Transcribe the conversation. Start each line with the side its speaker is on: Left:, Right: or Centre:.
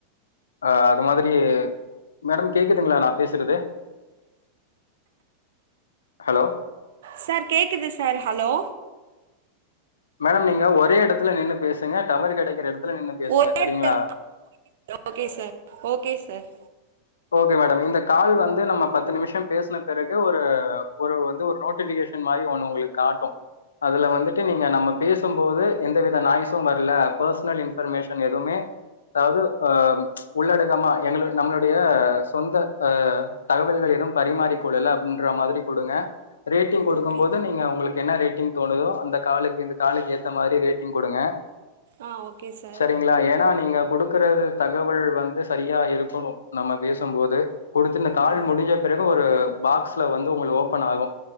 Left: அ அது மாதிரி மேடம் கேக்குதுங்ளா நா பேசுறது ஹலோ
Right: சார் கேக்குது சார் ஹலோ
Left: மேடம் நீங்க ஒரே எடத்துல நின்னு பேசுங்க டவர் கெடைக்கிற எடத்துல நின்னு பேசுங்க
Right: ஒரே
Left: சரிங்ளா
Right: இடத்துல okay sir okay sir
Left: okay madam இந்த கால் வந்து நம்ம பத்து நிமிஷோ பேசுன பெறகு ஒரு ஒரு வந்து ஒரு நோட்டிபிகேஷ னு மாறி ஒண்ணு ஒங்ளுக்கு காட்டு அதுல வந்துட்டு நீங்க நம்ம பேசுபோது எந்தவித நாய்ஸு வர்ல பர்சனல் இன் ஃபர்மேஷன் எதுமே அதாவுது அ உள்ளடக்கமா எங்ளுக்கு நம்மளு டைய சொந்த ஆ தகவல்கள் எதுவு பரிமாறிக்கொள்ளல பண்ற மாறி குடுங்க ரேட்டிங் குடுக்கு
Right: ஓகே
Left: போது நீங்க ஒங்ளுக்கு என்ன ரேட்டிங் தோணுதோ அந்த காலுக் இந்த காலுக்கு ஏத்த மாறி ரேட்டிங் குடுங்க
Right: ஆ ஓகே சார்
Left: செரிங்ளா ஏன்னா நீங்க குடுக் குற தகவல் வந்து சரியா இருக்கணு நம்ம பேசுபோது கொடுத்து இந்த கால்
Right: ஆ
Left: முடிஞ்ச பிறகு ஒரு பாக்ஸ்ல வந்து ஒங்ளு ஓபன் ஆகு